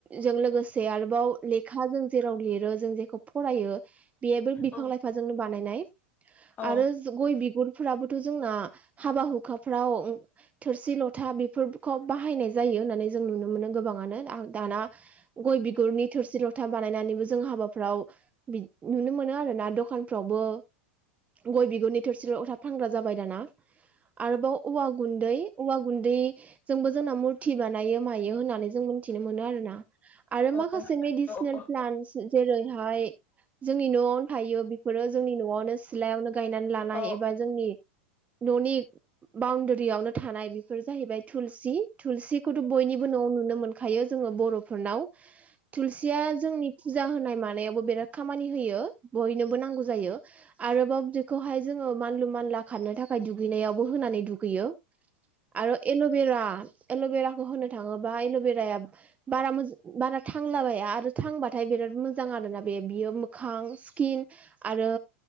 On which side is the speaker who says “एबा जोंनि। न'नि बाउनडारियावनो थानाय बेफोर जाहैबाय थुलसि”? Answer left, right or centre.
Right